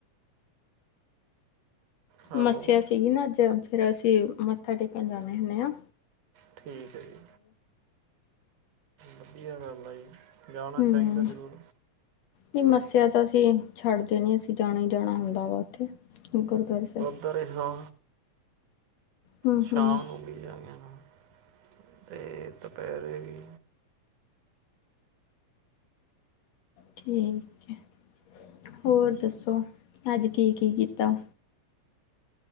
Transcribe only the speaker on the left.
ਮੱਸਿਆ ਸੀਗੀ ਨਾ ਅੱਜ, ਫੇਰ ਅਸੀਂ ਮੱਥਾ ਟੇਕਣ ਜਾਂਨੇ ਹੁੰਨੇ ਆ।
ਹਮ,
ਨਹੀ ਮੱਸਿਆ ਤਾਂ ਅਸੀਂ ਛੱਡਦੇ ਨੀ ਅਸੀਂ ਜਾਣਾ ਈ ਜਾਣਾ ਹੁੰਦਾ ਵਾ ਉੱਥੇ ਗੁਰਦੁਆਰਾ ਸਾਹਿਬ।
ਹੂੰ
ਹੂੰ
ਠੀਕ ਐ, ਹੋਰ ਦੱਸੋ ਅੱਜ ਕੀ- ਕੀ ਕੀਤਾ।